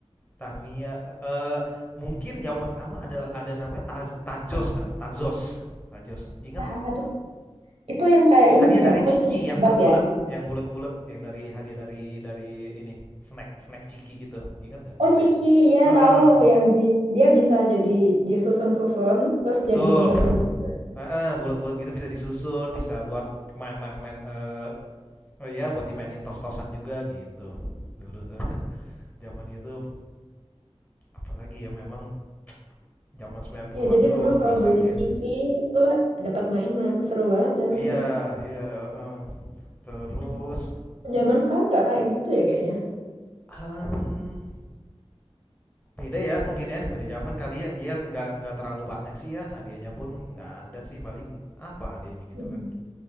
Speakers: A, on the left; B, on the right.
A: Tamiya eh mungkin zaman kamu ada ada namanya Taz- Tajos nggak? Tazos. Tajos. Ingat
B: Ah,
A: nggak?
B: apa tuh? Itu yang kayak ini
A: Hadiah
B: bukan?
A: dari
B: Aku
A: Ciki
B: coba
A: yang
B: tebak
A: bulat-bulat,
B: ya.
A: yang bulat-bulat yang dari hadiah dari dari ini, snack snack Ciki gitu. Ingat nggak? Enggak
B: Oh Ciki,
A: ya.
B: ya
A: Heeh.
B: tahu yang di dia bisa jadi disusun-susun terus
A: Betul.
B: jadi bentuk-bentuk.
A: Heeh, bulat-bulat gitu bisa disusun, bisa buat main-main-main eh oh iya buat dimainin tos-tosan juga gitu. Dulu tuh <laughs> zaman itu apalagi ya memang zaman 90-an
B: Ya jadi
A: tuh
B: dulu
A: bernostalgia.
B: kalau beli ciki itu dapat mainan seru banget zaman
A: Iya,
B: dulu.
A: iya, heeh. Terus
B: Zaman sekarang nggak kayak gitu ya kayaknya.
A: em, beda ya mungkin ya, beda zaman kali ya. Dia nggak nggak terlalu banyak sih ya. Hadiahnya pun nggak ada sih paling apa hadiahnya gitu
B: Mm-mm.
A: kan.